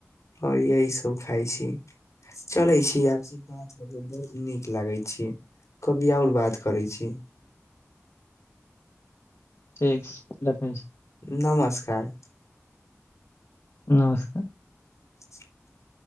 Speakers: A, on the left; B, on the left.
A: ह यही सब खाइ छी। चलैय छी <unintelligible> बहुत नीक लागैय छी ‌। कभी और बात करैय छी।
B: ठीक छै रखै छी।
A: नमस्कार ‌।
B: नमस्कार।
A: <unintelligible>